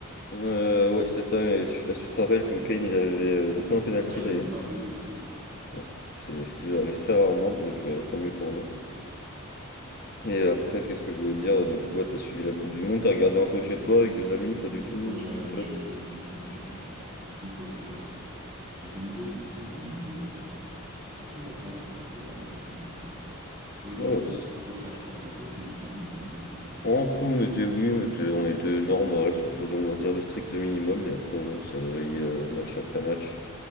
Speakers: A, on the left; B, on the right.
A: Euh, ouais, c'est ça. Et je sais pas si tu te rappelles que Kane il avait euh, loupé un penalty
B: Ah, il
A: d'ailleurs.
B: a loupé un péno, oui.
A: Ouais. C'est ce qui lui arrive très rarement, donc euh, tant mieux pour nous. Et après, qu'est-ce que je voulais dire? Du coup, ouais, t'as suivi la Coupe du Monde, t'as regardé un peu chez toi avec des amis, pas du tout,
B: Ouais, j'ai
A: euh,
B: regardé
A: tout seul.
B: chez moi avec des amis, j'ai regardé, j'ai fait un peu de tout, quoi. Mais euh, c'était une belle Coupe du Monde, mais euh, surtout la fin, quoi. Surtout la, la fin de la Coupe. Au début,
A: Ah ouais,
B: c'était
A: parce que c'est-
B: pas trop ça. Je crois qu'on n'a pas été hyper bon euh, au début.
A: en poule, on était, oui, on était, on était normal, on faisait, on va dire, le strict minimum, mais après, ouais, on s'est réveillé euh, match après match,